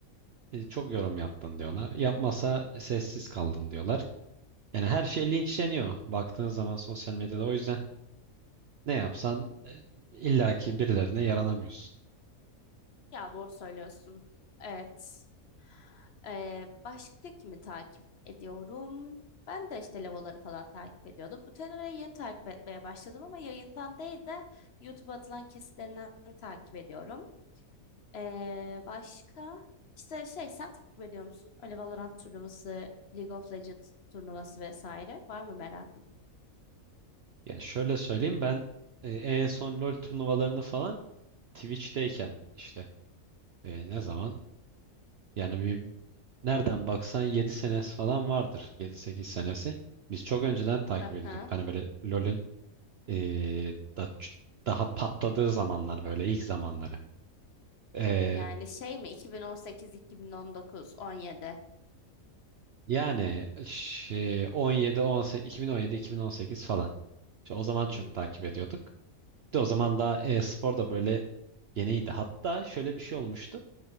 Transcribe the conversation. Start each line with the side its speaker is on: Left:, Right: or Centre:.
Right: e, çok yorum yaptın diyorlar. Yapmasa "E, sessiz kaldın diyorlar. Yani her şey linçleniyor baktığın zaman sosyal medyada. O yüzden ne yapsan e, illaki birilerine yaranamıyorsun.
Left: Ya doğru söylüyorsun. Evet. Ee, başka kimi takip ediyorum? Ben de işte Levoları falan takip ediyordum. Utenera'yı yeni takip etmeye başladım ama yayından değil de YouTube'a atılan kesitlerinden takip ediyorum. Ee, başka işte şey sen takip ediyor musun? Öyle Valorant turnuvası, League of Legends turnuvası vesaire. Var mı merakın?
Right: Yani şöyle söyleyeyim ben e, en son LoL turnuvalarını falan Twitch'teyken işte e, ne zaman yani bir nereden baksan 7 senesi falan vardır. yedi sekiz senesi. Biz çok önceden takip
Left: Hı
Right: ediyorduk.
Left: hı.
Right: Hani böyle LoL'ün e, da- daha patladığı zamanlar böyle ilk zamanları. E,
Left: Yani şey mi 2018, 2019, 17.
Right: Yani şey, 17 18 2017 2018 falan. İşte o zaman çok
Left: Hmm.
Right: takip ediyorduk. Bir de o zaman daha e-spor da böyle yeniydi. Hatta şöyle bir şey olmuştu.